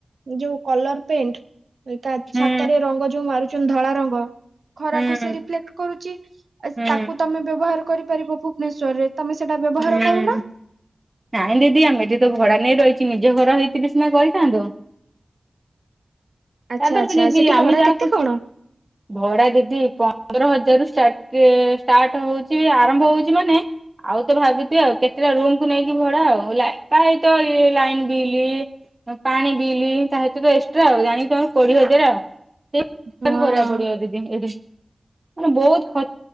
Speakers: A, on the right (about 80°); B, on the right (about 35°).
A: ଯୋଉ କଲର ପେଣ୍ଟ
B: ହୁଁ
A: ଛାତରେ ରଙ୍ଗ ଯୋଉ ମାରୁଛନ୍ତି ଧଳା ରଙ୍ଗ ଖରାକୁ
B: ହୁଁ
A: ସି ରିଫ୍ଲେକ୍ଟ କରୁଛି
B: ହୁଁ
A: ତାକୁ ତମେ ବ୍ୟବହାର କରିପାରିବ ଭୁବନେଶ୍ୱର୍ ଚରେ ତମେ ସେଟା ବ୍ୟବହାର
B: ହୁଁ।
A: କରୁନା
B: ନାଇଁ ଦିଦି ଏଠି ଆମେ ତ ଭଡ଼ା ନେଇ ରହିଛି ନିଜ ଘର ହେଇଥିଲେ ସିନା କରିଥାନ୍ତୁ
A: ଆଚ୍ଛା
B: ତାପରେ
A: ଆଚ୍ଛା
B: ବି ଦିଦି
A: ସେଠି
B: ଆମେ
A: ଭଡା
B: ଯାହା
A: କେତେ
B: କୁ
A: କଣ?
B: ଭଡ଼ା ଦିଦି ପ ପନ୍ଦର ହଜାରରୁ ଷ୍ଟାର୍ଟ ଷ୍ଟାର୍ଟ ହେଉଛି ଆରମ୍ଭ ହେଉଛି ମାନେ ଆଉ ତ ଭାବୁଥିବ ଆଉ କେତେଟା ରୁମକୁୁ ନେଇକି ଭଡ଼ା ଆଉ ଲା ତା ସହିତ ଇ ଲାଇନ ବିଲ୍ ପାଣି ବିଲ ତା ସହିତ ତ ଏକ୍ସଟ୍ରା ଆଉ ଜାଣି ତମେ କୋଡ଼ିଏ ହଜାର ଆଉ କରିବାକୁ
A: ହଁ
B: ପଡ଼ିବ ଦିଦି ଏଠି ମାନେ ବହୁତ ଖ